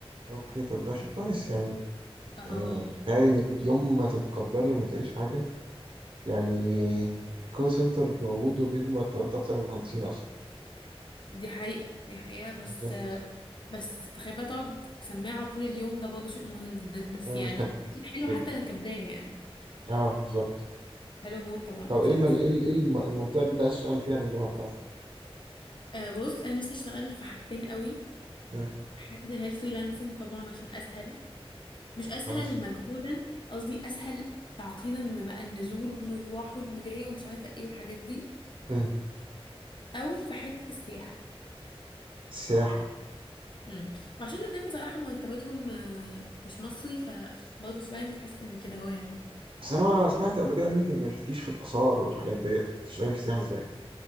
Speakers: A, on the right; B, on the left.
A: اوكي طب ده شيء كويس يعني
B: اه
A: يعني تخيل انك يوم ما تتقدري وما تلاقيش حاجة يعني الكول سنتر موجود وبيدوا مرتبات أكتر من المهندسين أصلا
B: دي حقيقة دي حقيقة بس
A: بالظبط
B: بس تخيل بقى تقعد سماعة طول اليوم ده برضه شيء مهم جدا بس
A: منتج
B: يعني أكيد حلو
A: جدا
B: حتى لو كبداية يعني
A: اه بالظبط
B: حلو موت طبعا
A: طب
B: أكيد
A: ايه المج... ايه ال- إيه الم- المنطقة اللي انت عايز تشتغل فيها باللغة بتاعتك؟
B: أه بص أنا نفسي أشتغل في حاجتين قوي
A: مم.
B: حتة اللي هي الفريلانسنج طبعا عشان أسهل مش اسهل
A: ماشي
B: مجهودا قصدي اسهل تعقيدا ما بقى النزول والمروح والمجاي ومش عارفه ايه والحاجات دي
A: مم.
B: او في حته السياحه
A: السياحة
B: امم وعشان الاتنين بصراحه مرتباتهم آه، مش مصري فبرضه سبعين تحس ان كده هو يعني
A: بس أنا سمعت قبل كده منك إنك مش بتجيش في الآثار والحاجات ديت تشتغلي في السياحة إزاي؟